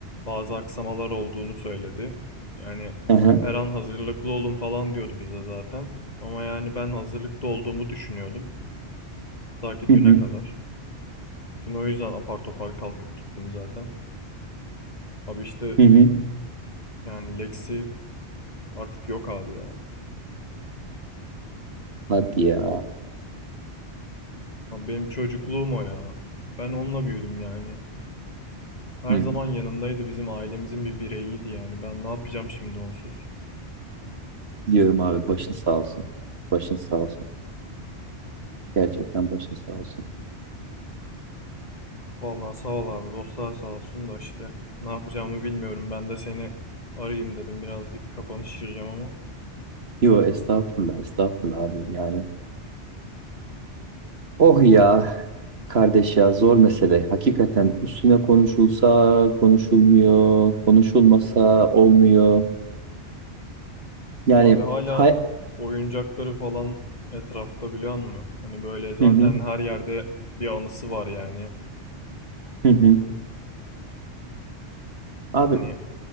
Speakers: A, on the left (about 35°); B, on the right (about 60°).
A: bazı aksamalar olduğunu söyledi. Yani
B: Hı hı.
A: her an hazırlıklı olun falan diyordu bize zaten. Ama yani ben hazırlıklı olduğumu düşünüyordum. Ta ki
B: Hı
A: düne
B: hı.
A: kadar. Dün o yüzden apar topar kalkıp gittim zaten. Abi işte
B: Hı hı.
A: yani Lexi artık yok abi ya.
B: Hadi ya.
A: Abi benim çocukluğum o ya. Ben onunla büyüdüm yani. Her
B: Hı.
A: zaman yanımdaydı bizim ailemizin bir bireyiydi yani. Ben ne yapacağım şimdi onsuz?
B: Diyorum abi başın sağ olsun. Başın sağ olsun. Gerçekten başın sağ olsun.
A: Vallahi sağ ol abi dostlar sağ olsun da işte ne yapacağımı bilmiyorum. Ben de seni arayayım dedim birazcık kafanı şişireceğim ama.
B: Yo estağfurullah estağfurullah abi yani. Oh ya kardeş ya zor mesele. Hakikaten üstüne konuşulsa konuşulmuyor. Konuşulmasa olmuyor. Yani
A: Abi hala
B: hay...
A: oyuncakları falan etrafta biliyor musun? Hani böyle zaten
B: Hı hı.
A: her yerde bir anısı var yani.
B: Hı hı. Abi
A: Hani